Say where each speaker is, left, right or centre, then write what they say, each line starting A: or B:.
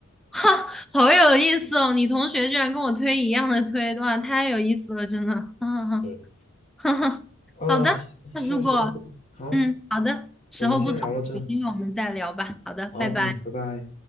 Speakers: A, in the centre; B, on the left.
A: 哈，好有意思哦！你同学居然跟我推一样的推，哇，太有意思了，真的。<laughs> 啊，哈
B: 对，
A: 哈，<laughs>
B: 呃，
A: 好的，那如果嗯，
B: 现在时候不早，好，
A: 好的，时候不早了，
B: 我们先聊到这。
A: 有机会我们再聊吧。好的，
B: 好，
A: 拜拜。
B: 嗯，拜拜。